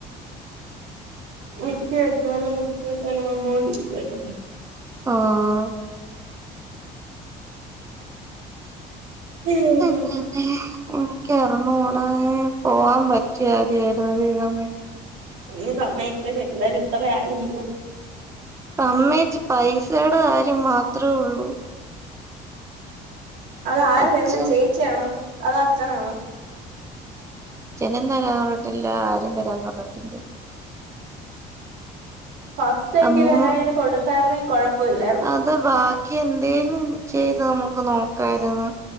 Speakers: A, on the right (about 75°); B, on the right (about 15°).
A: വൃത്തിയാക്കിയാലും വർത്തിയാക്കിയാലും വന്നോണ്ടിരിക്കും
B: ആഹ്
A: ഇനി
B: ആമ്മേ എനിക്കറിഞ്ഞൂടാ. പോവാൻ പറ്റിയാതിയാരുന്ന് ദൈവമേ
A: ഇ സമ്മയ്ക്കട്ടെ ചെല്ലത് ഇത്ര ആയിരുന്നു
B: സമ്മയിച്ച് പൈസയുടെ കാര്യം മാത്ര അത്രേയുള്ളൂ
A: അത് ആരാ
B: അച്ഛൻ
A: തരുന്നേ ചേച്ചി ആണോ അതോ അച്ഛൻ ആണോ
B: രും തരാന്ന് പറഞ്ഞിട്ടില്ല ആരും തരാന്ന് പറഞ്ഞിട്ടില്ല
A: ഫസ്റ്റ് എങ്കിലും
B: അമ്മൂമ്മ
A: എങ്ങനെയെങ്കിലും കൊടുത്താരുന്നെങ്കി കൊഴപ്പമില്ലായിരുന്നു
B: അത് ബാക്കി എന്തേലും ചെയ്ത് നമുക്ക് നോക്കായിരുന്നു